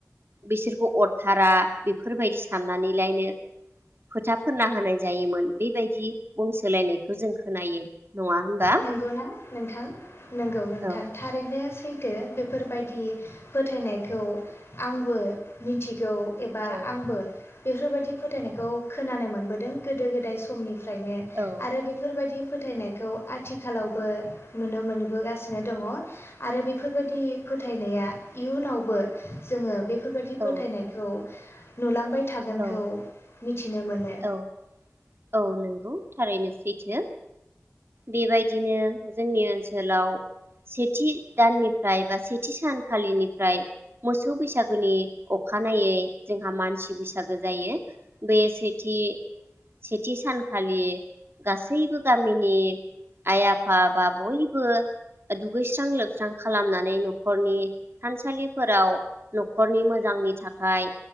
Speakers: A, on the right (about 50°); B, on the left (about 50°).
A: बिसोर अरथारा बेफोरबायदि साननानैलायनो फोथा फोनना होनाय जायोमोन बेबायदि बुंसोलायनायखौ जों खोनायो नङा होनबा
B: नंगौना नोंथां नंगौ नोंथां
A: औ
B: थारैनोै फो बेफोरबायदि फोथायनायखौ आंबो मिथिगौ एबा
A: औ
B: आंबो बेफोरबायदि फोथायनायखौ खोनानो मोनबोदों गोदो गोदाय समनि नो
A: औ
B: आरो बेफोरबायदि फोथायनायखौ आथिखालावबो नुनो मोनबोगासिनो दङ आरो बेफोरबायदि फोथायनाया इयुनावबो जोङो बे बेफोरबायदि फोथायनायखौ
A: औ
B: नुलांबाय थागोनखौ
A: औ
B: मिथि मिथिनो मोनो
A: औ औ नंगौ थारैनो सैथो बेबायदिनो जोंनि ओनसोलाव सेथि दाननिफ्राय बा सेथि सानखालिनिफ्राय मोसौ बैसागोनि अखानायै जोंहा मानसि बैसागो जायो बे सै थि सेथि सानखालि गासैबो गामिनि आइ आफा बा बयबो दुगैस्रां लोबस्रां खालामनानै न'खरनि थानसालिफोराव न'खरनि मोजांनि थाखाय